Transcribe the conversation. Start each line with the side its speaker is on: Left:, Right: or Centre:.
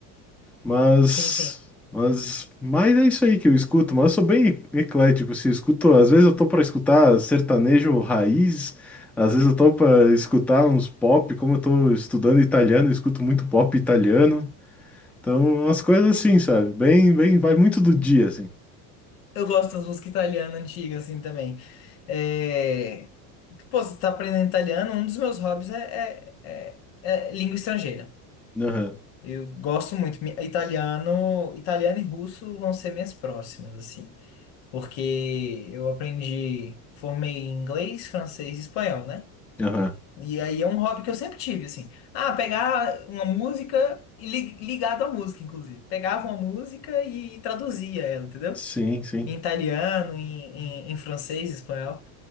Centre: Mas,
Left: Sim, sim.
Centre: mas, mas é isso aí que eu escuto, mas eu sou bem e- eclético, se eu escuto, às vezes eu tô para escutar sertanejo raiz, às vezes eu tô para escutar uns pop, como eu tô estudando italiano, eu escuto muito pop italiano. Então, umas coisas assim, sabe? Bem, bem, vai muito do dia assim.
Left: Eu gosto das músicas italianas antigas, assim, também. É... Pô, você tá aprendendo italiano, um dos meus hobbies é, é, é- é língua estrangeira.
Centre: Aham.
Left: Eu gosto muito. Mi- Italiano, italiano e russo vão ser minhas próximas, assim. Porque eu aprendi, formei em inglês, francês e espanhol, né?
Centre: Aham.
Left: E aí é um hobby que eu sempre tive, assim. Ah, pegar uma música e li- ligado à música, inclusive. Pegava uma música e traduzia ela, entendeu?
Centre: Sim, sim.
Left: em italiano, em, em, em francês, espanhol.